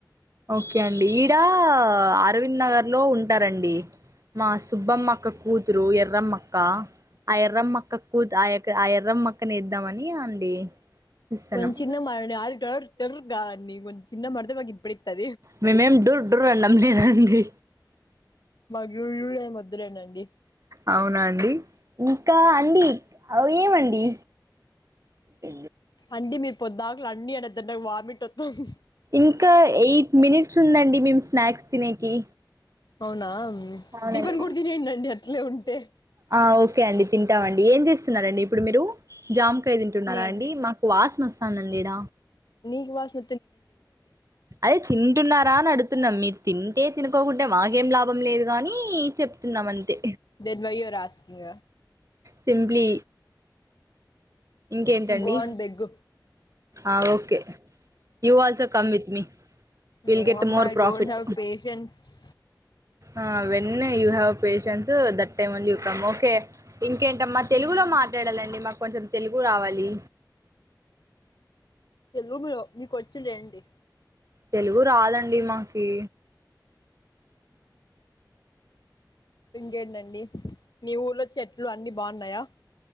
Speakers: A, on the right; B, on the left.
A: ఓకే అండి ఈడ అరవింద్ నగర్ లో ఉంటారండి మా సుబ్బమ్మక్క కూతురు ఎర్రమ్మక్క ఆ ఎర్రమ్మక్క కద్ ఆ అక్క ఆ ఎర్రం మక్కనే ఇద్దామని అండి చూస్తున్నాం
B: కొంచెం చిన్నగా మాట్లాడు <unintelligible> కొంచెం చిన్నగా మాట్లాడితే మాకు వినిపిత్తాది
A: మేమేం డూర్ డూర్ అని అనలేదండి
B: మాకు యు యు ఎం ఒదులేనంది
A: అవునాండి ఇంకా అండి అ ఏమండి ఎ
B: అంటే మీరు పొద్దాకులు అన్ని అనద్దండి నాకు వామిట్ వత్తాంది
A: ఇంకా ఎయిట్ మినిట్స్ ఉందండి మేము స్నాక్స్ తినేకి
B: అవునా
A: అవును
B: టిఫిన్
A: అండి
B: కూడా తినేయండండి అట్లే ఉంటే
A: ఆ అవు ఓకే అండి తింటాం అండి ఏం చేస్తున్నారు అండి ఇప్పుడు మీరు జామకాయ తింటున్నారా
B: నేను
A: అం మాకు వాసన వస్తుంది అండి ఈడ
B: నీకు వాస్తు
A: అదే తింటున్నారా అని అడుతున్నాం మీ తింటే తినుకోకుంటే మాకేం లాభం లేదు కానీ చెప్తున్నామ అంతే
B: then why you are asking
A: simply ఇంకేంటండి
B: గోన్ బెగ్
A: ఆ okay you also come with me you will
B: know
A: get
B: అమ్మ
A: more
B: I
A: profit
B: don't have patience
A: ఆ వెళ్లి you have patience that time you come ఒక hmm ఇంకేంటమ్మా తెలుగులో మాట్లాడాలండి మాకు కొంచెం తెలుగు రావాలి
B: తెలుగులో మీకు వొచింది ఏంటి
A: తెలుగు రాదండి మాకి
B: ఇంకేంటండి మీ ఊర్లో చెట్లు అని బాగున్నాయా